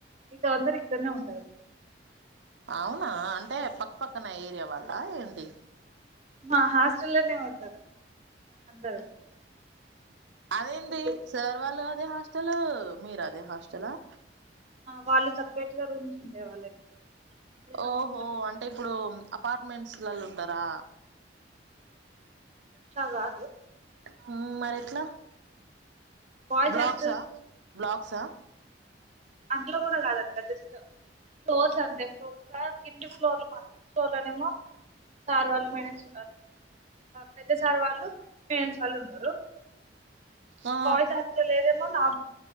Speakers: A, on the right (about 40°); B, on the right (about 80°).
A: మీతో అందరు ఇక్కడనే ఉంటారు
B: అవునా అంటే పక్కపక్కన ఏరియా వాళ్ళ ఏంటి
A: మా హాస్టల్ల్లోనే ఉంటారు అందరు
B: అదేంటి
A: ఫుడ్
B: సేర్వాలో హాస్టల్ మీరాదే హాస్టల్ ఆ
A: వాళ్ళు సపరేట్గా రూమ్స్ ఉంటాయి వాళ్ళకి అదే రూమ్
B: ఓహో అంటే ఇప్పుడు అపార్ట్మెంట్స్ లళ ఉంటారా
A: గా అ
B: హ మరిట్లా
A: బాయ్స్
B: బ్లాగ్సా
A: హాస్టల్స్
B: బ్లాగ్సా
A: అందులో కూడా కాదంట జస్ట్ ఫ్లోర్స్ అంతే ఫ్లోర్స్ కిన్ని ఫ్లోర్లు ప ఫ్లోర్ లోనేమో సార్ వాళ్ళు మేనేస్ పెద్ద సార్ వాళ్ళు మేనేస్ వాళ్ళు ఉంటారు
B: ఆ
A: బాయ్స్ హాస్టల్ అయితే నా